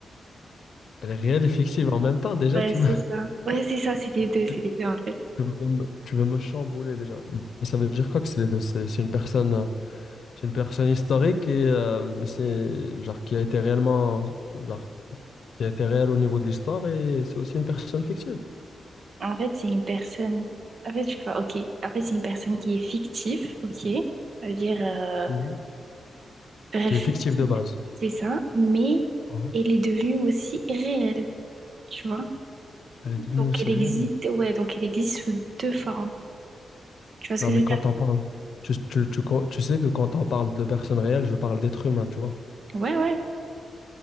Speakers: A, on the left; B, on the right.
A: Elle est réelle et fictive en même temps, déjà,
B: Ouais,
A: tu
B: c'est
A: me,
B: ça. Ouais, c'est ça, c'est
A: <laughs>
B: les deux, c'est
A: tu,
B: les deux, en fait.
A: tu veux me, tu veux me chambouler déjà. Mais ça veut dire quoi que c'est les deux? C'est c'est une personne, euh, c'est une personne historique et euh, mais c'est genre qui a été réellement, genre qui était réelle au niveau de l'histoire et c'est aussi une personne fictive,
B: En fait, c'est une personne. En fait, je vois, ok. En fait, c'est une personne qui est fictive, ok. Ça veut dire, euh,
A: Mhm.
B: bref,
A: qui est fictive
B: fictive,
A: de base.
B: c'est ça. Mais
A: Ah.
B: elle est devenue aussi réelle, tu vois.
A: Elle est devenue
B: Donc,
A: aussi
B: elle existe,
A: réelle. mais-
B: ouais, donc elle existe sous deux formes. Tu vois ce
A: Non,
B: que
A: mais
B: je veux
A: quand
B: dire?
A: on parle, tu, tu, tu, con- tu sais que quand on parle de personnes réelles, je parle d'êtres humains, tu vois.
B: Ouais, ouais.